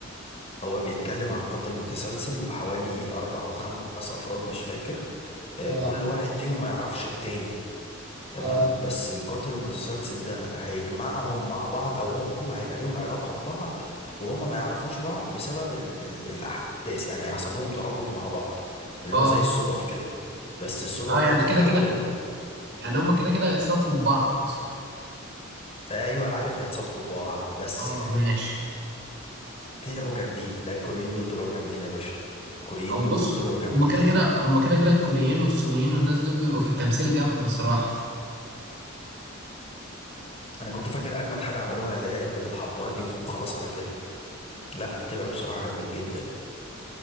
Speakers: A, on the left; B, on the right.
A: هو بيتكلم عن قاتل متسلسل وحوالي أربع أو خمس أفراد مش فاكر
B: اه
A: آه، كل واحد فيهم ما يعرفش التاني تمام
B: اه
A: بس القاتل المتسلسل ده هيجمعهم مع بعض او هم هيبقى ليهم علاقة ببعض وهم ما يعرفوش بعض بسبب ال ال الاحداث يعني هيحصل لهم ترابط مع بعض اللي
B: اه
A: هو زي الصدف كده بس الصدف
B: اه يعني
A: دي هتتحول
B: كده كده يعني
A: مم.
B: هما كده كده هيتصادفوا ببعض
A: ايوه عارف هيتصادفوا ببعض بس
B: اه
A: فاهم
B: ماشي
A: طلعوا جامدين لا الكوريين دول طلعوا جامدين يا باشا الكوريين
B: او
A: دول
B: بص
A: طلعوا جامدين
B: هما كده كده هما كده كده الكوريين والصينيين والناس دول بيبقوا في التمثيل جامد بصراحة
A: انا كنت فاكر اجمد حاجة عملوها اللي هي لعبة الحبار دي وخلاص على كده لا طلعوا بصراحة جامدين جدا